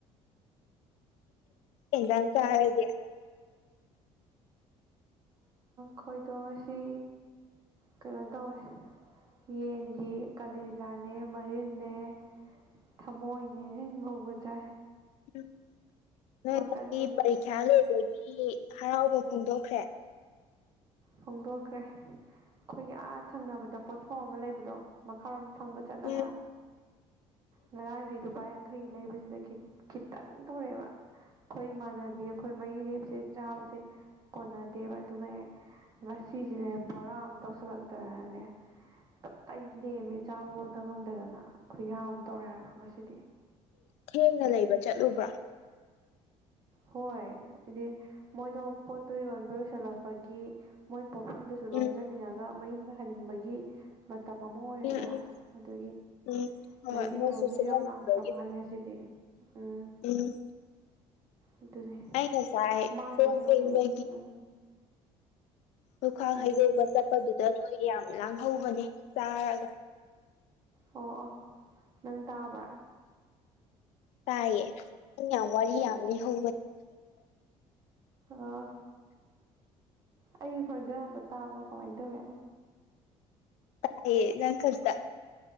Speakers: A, on the left (about 70°); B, on the right (about 35°).
A: ꯑꯦꯟꯅ ꯆꯔꯦꯗ
B: ꯈꯣꯏꯗꯣꯡ ꯑꯁꯤ ꯀꯩꯅꯣ ꯇꯧꯋꯦ ꯌꯦꯟꯒꯤ ꯀꯥꯂꯦꯖꯥꯅꯦ ꯃꯔꯤꯟꯅ ꯊꯝꯃꯣꯏꯅꯦ ꯉꯧꯕ ꯆꯥꯏ
A: ꯎꯝ ꯅꯣꯏ
B: ꯃꯀꯟꯗꯨꯒ
A: ꯉꯤ ꯄꯔꯤꯈ꯭ꯌꯥ ꯂꯣꯏꯕꯒꯤ ꯍꯔꯥꯎꯕ ꯐꯣꯡꯗꯣꯛꯈ꯭ꯔꯦ
B: ꯐꯣꯡꯗꯣꯛꯈ꯭ꯔꯦ ꯑꯩꯈꯣꯏꯒꯤ ꯑꯥꯊꯪꯅꯕꯗ ꯄꯣꯠꯊꯣꯡ ꯑꯃ ꯂꯩꯕꯗꯣ ꯃꯈꯥꯔꯣꯝ ꯊꯪꯕ ꯆꯠꯂꯒ
A: ꯎꯝ
B: ꯉꯔꯥꯡꯗꯤ ꯂꯨꯄꯥ ꯌꯥꯡꯈꯩꯒꯤ ꯂꯩꯕꯁꯤꯗ ꯈꯤꯇꯪ ꯇꯧꯔꯛꯑꯦꯕ ꯑꯩꯈꯣꯏ ꯏꯃꯥꯟꯅꯕꯤ ꯑꯩꯈꯣꯏ ꯃꯔꯤꯔꯦꯛꯁꯦ ꯆꯥꯕꯁꯦ ꯀꯣꯟꯅꯗꯦꯕ ꯑꯗꯨꯒ ꯍꯦꯛ ꯉꯁꯤꯁꯤꯅꯦ ꯕꯣꯔꯥ ꯑꯃ ꯇꯧꯁꯤꯜꯂꯛꯇꯅꯅꯦ ꯇꯞ ꯑꯩ ꯂꯦꯝꯃꯦ ꯆꯥꯕꯐꯥꯎꯗ ꯉꯝꯗꯗꯅ ꯈꯨꯌꯥ ꯑꯃ ꯇꯧꯔꯛꯑꯦ ꯍꯥꯏꯕ ꯉꯁꯤꯗꯤ
A: ꯊꯦꯡꯅ ꯂꯩꯕ ꯆꯠꯂꯨꯕ꯭ꯔꯥ
B: ꯍꯣꯏ ꯍꯥꯏꯗꯤ ꯃꯣꯏꯗꯣ ꯄꯣꯠꯇꯣ ꯌꯣꯟꯕ ꯂꯣꯏꯁꯤꯜꯂꯛꯄꯒꯤ ꯃꯣꯏ ꯄꯣꯛꯐꯝꯗꯨ ꯁꯨ ꯂꯣꯟꯖꯟꯅꯤꯡꯉꯒ
A: ꯎꯝ
B: ꯃꯌꯨꯝꯗ ꯍꯟꯅꯤꯡꯕꯒꯤ ꯃꯇꯝ ꯑꯃ ꯑꯣꯏꯔꯦꯗꯅ
A: ꯎꯝ ꯎꯝ
B: ꯑꯗꯨꯒꯤ
A: ꯎꯝ ꯍꯣꯏ
B: ꯂꯩꯕꯤꯅꯕ
A: ꯃꯣꯏꯁꯨ
B: ꯃꯤꯁꯨ
A: ꯁꯨꯠꯍꯟꯅꯤꯡꯕꯒꯤ
B: ꯌꯥꯝ ꯂꯥꯡꯈ꯭ꯔꯕ ꯃꯥꯜꯂꯦ ꯉꯁꯤꯗꯤ ꯎꯝ
A: ꯎꯝ
B: ꯑꯗꯨꯅꯦ
A: ꯑꯩ ꯀꯁꯥꯏ
B: ꯃꯥꯡꯗꯣꯏ
A: ꯀꯣꯟ
B: ꯁꯔꯨꯛꯄꯨꯗꯤ
A: ꯀ ꯏꯗ
B: ꯎꯝ
A: ꯂꯨꯈꯥꯛ
B: ꯎꯝ
A: ꯍꯩꯗꯧꯕ ꯆꯠꯄꯗꯨꯗ ꯅꯣꯏ ꯌꯥꯝ ꯂꯥꯡꯍꯧꯕꯅꯦ ꯆꯥꯔꯒ
B: ꯑꯣ ꯑꯣ ꯅꯪ ꯇꯥꯕ꯭ꯔꯥ
A: ꯇꯥꯏꯑꯌꯦ ꯑꯋꯥꯔꯤ
B: ꯎꯝ
A: ꯑꯅꯤ ꯍ
B: ꯑꯣ ꯑꯩ ꯍꯣꯟꯖꯔꯗ ꯇꯥꯕ꯭ꯔꯥ ꯀꯃꯥꯏꯅ ꯇꯧꯋꯦ
A: ꯍꯥꯏꯌꯦꯦ ꯅꯪ ꯈꯠꯇ